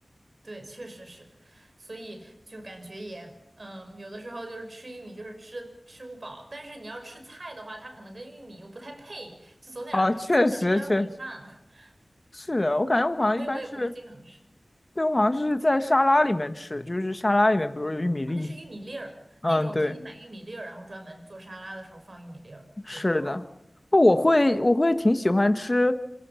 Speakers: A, on the right (about 60°); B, on the left (about 30°).
A: 对，确实是，所以就感觉也，嗯，有的时候就是吃玉米就是吃吃不饱，但是你要吃菜的话，它可能跟玉米又不太配，就总点儿总点吃点儿米饭，
B: 啊，确实确实
A: <laughs>
B: 是的，我感觉我好像一般是，
A: 所以我也不是经常吃
B: 对，我好像是在沙拉里面吃，就是沙拉里面，比如有玉米粒，
A: 啊，那是玉米粒儿，
B: 嗯，
A: 那种可以买玉米粒儿，
B: 对。
A: 然后专门做沙拉的时候放玉米粒儿，
B: 是的，
A: 也挺好的
B: 那我会我会挺喜欢吃，